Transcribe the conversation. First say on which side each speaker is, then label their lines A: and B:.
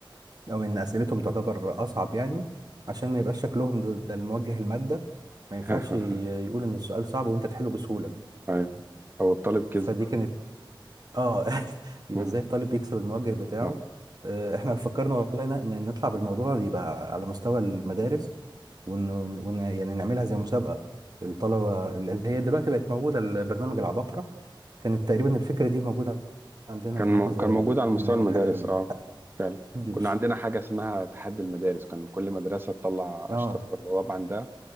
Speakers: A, on the right (about 50°); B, on the right (about 25°).
A: او ان اسئلتهم تعتبر اصعب يعني عشان ما يبقاش شكلهم دول- ده الموجه الماده ما ينفعش
B: <laughs>
A: ي- يقول ان السؤال صعب وانت تحله بسهوله
B: ايوه او الطالب كذب
A: فدي كانت اه <laughs> يبقى
B: مم.
A: ازاي الطالب يكسب الموجه بتاعه
B: آه.
A: آه، احنا فكرنا والله ن- ان نطلع بالموضوع يبقى على مستوى المدارس ون... ون... يعني نعملها زي مسابقة الطلبة اللي هي دلوقتي بقت موجودة البرنامج العباقرة كانت تقريبا الفكرة دي موجودة عندنا
B: كان
A: من
B: مو...
A: واحنا صغيرين
B: كان موجود على
A: إن
B: مستوى
A: احنا نعمل
B: المدارس
A: حاجة بالحد
B: اه فعلا
A: بش
B: كنا عندنا حاجة اسمها تحدي المدارس كان كل مدرسة تطلع
A: اه
B: أشطر طلاب عندها